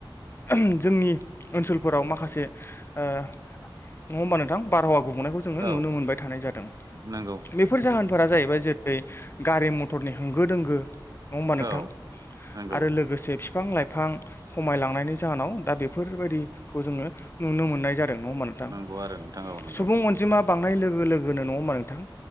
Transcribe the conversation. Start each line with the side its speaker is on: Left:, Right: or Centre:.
Left: <unintelligible> जोंनि ओनसोलफोराव माखासे ओ नङा होमबा नोंथां बारहावा गुबुंनायखौ जोङो नुनो
Right: औ
Left: मोनबाय थानाय जादों।
Right: नंगौ
Left: बेफोर जाहोनफोरा जाहैबाय जेरै गारि म फोरनि होंगो दोंगो नङा होमबा नोंथां
Right: औ नंगौ
Left: आरो लोगोसे बिफां लाइफां खमायलांनायनि जाहोनाव दा बेफोरबायदिखौ जोंङो नुनो मोननाय जादों नङा होनबा नोंथां।
Right: नंगौ आरो नोंथां औ नंगौ
Left: सुबुं अनजिमा बांनाय लोगो लोगोनो नंङा होमा नोंथां